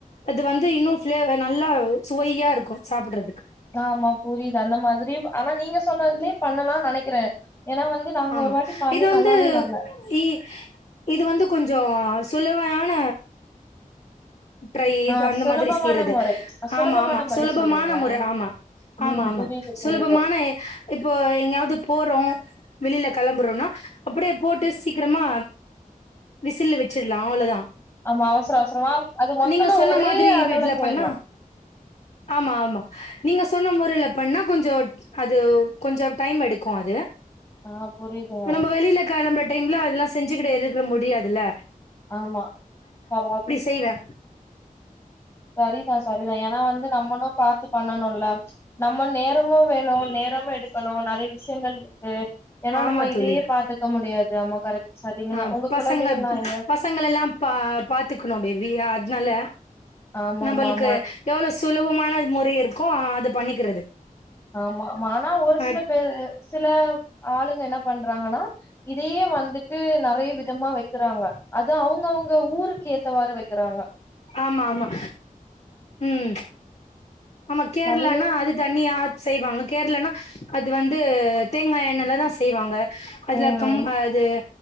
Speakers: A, on the left; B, on the left.
A: அது வந்து இன்னு ஃப்ளே நல்லா சுவையா இருக்கு சாப்பிடறதுக்கு
B: ஆமா ப் புரியுது அந்த மாதிரி ஆனா நீங்க சொ சொன்னதுலயே பண்ணலான் நெனைக்கிறே ஏன்னா வந்து நாங்க
A: ஆமா
B: ஒரு வாட்டி பண்ணி
A: இது வந்து
B: நல்லாவே வரல
A: இ இது வந்து கொஞ்ச சுலமையான டிரை
B: ஆ
A: அந்த
B: சுலபமான
A: மாதிரி செய்யறது
B: முறை சுலபமான
A: ஆமா ஆமா
B: முறைய
A: சுலபமான
B: சொல்றீங்களா
A: முறை ஆமா
B: ம்
A: ஆமா ஆமா
B: புரியுது
A: சுலபமான
B: புரியுது
A: இப்போ எங்கயாது போறோ வெளியில கெளம்புறோனா அ அப்டியே போட்டு சீக்கிரமா விசில் வெச்சிர்லா அவ்ளோதா
B: ஆமா அவசர அவசரமாம் அது மொத்தமா
A: நீங்க சொன்ன
B: ஒரே
A: மாதிரி
B: அளவுல
A: இதுல
B: போயிரலா
A: பண்ணா ஆமா ஆமா நீங்க சொன்ன மொறைல பண்ணா கொஞ்ச அது கொஞ்ச டைம் எடுக்கு அது
B: ஆ புரியுதுங்க
A: நம்ப வெளியிலக்கெளம்பிட் டைம்ல அதெல்லா செஞ்சுகிட்டு இருக்க முடியாது ல
B: ஆமா சராது
A: செய்வே
B: சரிதா சரிதா ஏன்னா வந்து நம்மளு பாத்து பண்ணணுல நம்ம நேரமு வேணு நேரமு எடுக்கணு நெறைய விஷயங்கள் இருக்கு ஏன்னா
A: ஆமா
B: நம்ம இதையே
A: தோழி
B: பாத்துக்க முடியாது இது ஆமா கரெக்ட் சரிங்களா
A: ஆ
B: உங்க
A: பசங்க
B: குழந்தைகள்லா எங்க
A: பசங்கலெல்லா பா பாத்துக்கணு பேபி அது ஜால
B: ஆமா
A: நம்பளுக்கு
B: ஆமா ஆமா
A: எவ்ளோ சு சுலபமான முறை இருக்கு அ அது பண்ணிக்கிறது
B: ஆமா மா ஆனா ஒரு சில
A: அட்
B: பேரு சில ஆளுங்க என்ன பண் ற்றங்கன்னா இதையே வந்துட் இது நெறைய விதமா வக் க்கிறாங்க அத அவங்கவுங்க ஊருக்கு ஏத்தவாறு வக்கிறாங்க
A: ஆமா ஆமா ம் ஆமா கேரளானா
B: நெறைய
A: அது தன்னியா அத் செய்வாங்க கேரளனா அது வந்து தேங்கா எண்ணெல தா செய்வாங்க அதுல
B: ம்
A: கம் அது